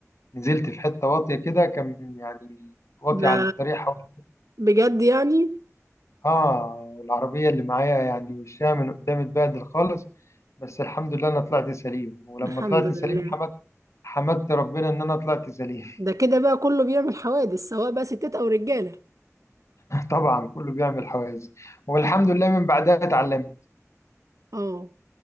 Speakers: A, on the left (about 60°); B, on the right (about 80°).
A: نزلت في حته واطيه كده كان يعني واطيه
B: ده
A: عن الطريق حوالي
B: بجد يعني
A: اه العربيه اللي معايا يعني وشها من قدام اتبهدل خالص بس الحمد لله انا طلعت سليم ولما
B: الحمد
A: طلعت
B: لله
A: سليم حمدت حمدت ربنا ان انا طلعت سليم
B: ده كده بقى كله بيعمل حوادث سواء بقى ستات أو رجالة
A: طبعا كله بيعمل حواجز والحمد لله من بعدها اتعلمت
B: اه